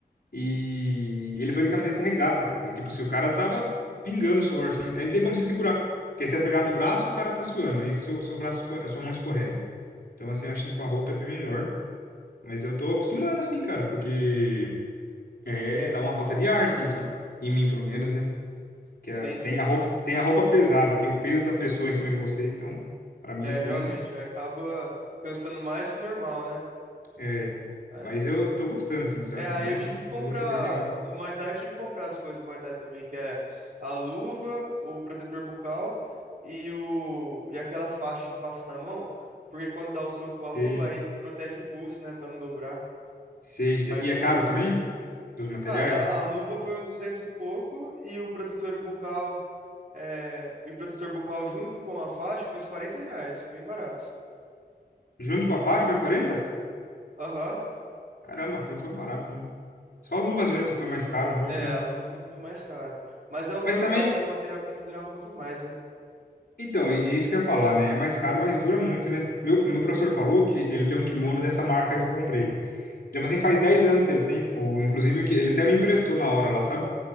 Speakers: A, on the left (about 70°); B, on the right (about 55°).
A: e ele foi de camiseta regata, cara. E tipo, se o cara tava pingando suor, assim, aí não tem como você segurar. Porque se você pegar no braço, o cara tá suando. Aí seu, seu braço, esco- a sua mão escorrega. Então, assim, eu acho que com a roupa é bem melhor. Mas eu tô acostumando, assim, cara, porque é, dá uma falta de ar, assim, sabe? Em mim, pelo menos, né? Que
B: Entendi.
A: a- tem a roupa, tem a roupa pesada, tem o peso da pessoa em cima de você. Então, pra mim,
B: É,
A: assim,
B: realmente, aí acaba cansando mais que o normal, né?
A: é.
B: Aí-
A: Mas eu tô gostando, assim, sabe?
B: É, aí
A: Uma,
B: eu tive
A: uma,
B: que comprar
A: uma luta bem legal.
B: do Muay Thai, eu tive que comprar as coisas do Muay Thai também, que é a luva, o protetor bucal e o e aquela faixa que passa na mão, porque quando dá o soco com
A: Sei,
B: a luva, aí protege o pulso, né, pra não dobrar.
A: sei, sei.
B: Aí eu
A: E
B: tô
A: é caro
B: gostando.
A: também? Dos materiais?
B: Cara, a, a luva foi uns 200 e pouco e o protetor bucal É, e o protetor bucal junto com a faixa foi uns 40 reais, foi bem barato.
A: Junto com a faixa vai quarenta,
B: Aham.
A: Caramba, então foi barato, né? Só luvas mesmo foi mais caro um pouco,
B: É,
A: né?
B: a luva foi um pouquinho mais cara. Mas é um,
A: Mas
B: pro-
A: também,
B: é um material que tem que durar um pouquinho mais, né?
A: então, é é isso que eu ia falar, né? É mais caro, mas dura muito, né? Meu, meu professor falou que ele tem um kimono dessa marca que eu comprei. Ele falou assim, faz 10 anos que ele tem, o, inclusive o que ele até me emprestou na hora lá, sabe?